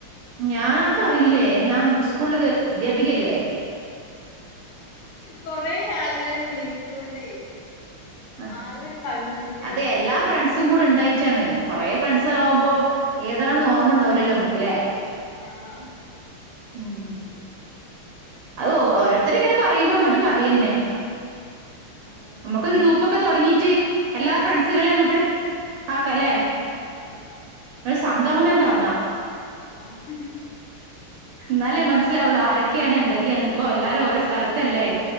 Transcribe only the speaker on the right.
ഞാൻ അക്ക്‌ അറിയില്ലേ ഞാൻ സ്കൂളില് കേറി അദ്ധ്യാപികയല്ലേ
ആഹ്
അത് എല്ലാ ഫ്രണ്ട്സും കൂടെ ഉണ്ടായിട്ടാണ് കൊറെ ഫ്രണ്ട്സ ആവുമ്പോ ഏതാണെന്ന് ഓർമ്മ ഉണ്ടാവുലല്ലോ നമ്ക്കല്ലേ
ഉം അത് ഓ ഓരോരുത്തര് ഇങ്ങനെ പറയുമ്പോ അങ്ങോട്ട് പറയന്നെ
നമുക്ക് ഗ്രൂപ്പൊക്കെ തുടങ്ങീട്ട് എല്ലാ ഫ്രണ്ട്സുകളെ അങ്ങോട്ട് ആക്കല്ലേ
ഒരു സംഗമം തന്നെ തൊടങ്ങാം
എന്നാലേ മനസ്സിലാവുള്ളു ആരൊക്കെയാണ് എന്തൊക്കെയാന്ന് ഇപ്പോ എല്ലാരും ഓരോ സ്ഥലത്തല്ലേ